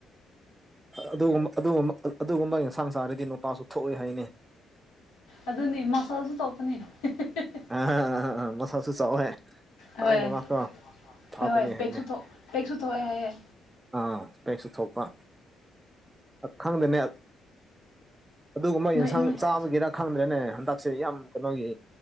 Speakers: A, on the right; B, on the left.
A: ꯑꯗꯨꯒꯨꯝꯕ ꯑꯗꯨꯒꯨꯝꯕ ꯑꯗꯨꯒꯨꯝꯕ ꯌꯦꯟꯁꯥꯡ ꯆꯥꯔꯗꯤ ꯅꯨꯄꯥꯁꯨ ꯊꯣꯛꯑꯦ ꯍꯥꯏꯅꯦ
B: ꯑꯗꯨꯅꯤ ꯃꯁꯜꯁꯨ ꯇꯧꯕꯅꯤ <unintelligible>
A: <unintelligible> ꯃꯁꯜꯁꯨ ꯆꯥꯎꯋꯦ
B: ꯍꯣꯏ
A: ꯑꯩꯅ ꯃꯥꯀꯣ ꯐꯕꯅꯤ
B: ꯍꯣꯏ ꯄꯦꯛꯁꯨ
A: ꯍꯥꯏꯅꯦ
B: ꯊꯣꯛ ꯄꯦꯛꯁꯨ ꯊꯣꯛꯑꯦ ꯍꯥꯏꯌꯦ
A: ꯑ ꯑꯦꯛꯁꯨ ꯊꯣꯛꯄꯥ ꯑ ꯈꯪꯗꯦꯅꯦ ꯑꯗꯨꯒꯨꯝꯕ
B: ꯅꯣꯏ
A: ꯌꯦꯟꯁꯥꯡ
B: ꯅꯣꯏ
A: ꯆꯥꯕꯒꯤꯔ ꯈꯪꯗ꯭ꯔꯦꯅꯦ ꯍꯟꯗꯛꯁꯦ ꯌꯥꯝ ꯀꯩꯅꯣꯒꯤ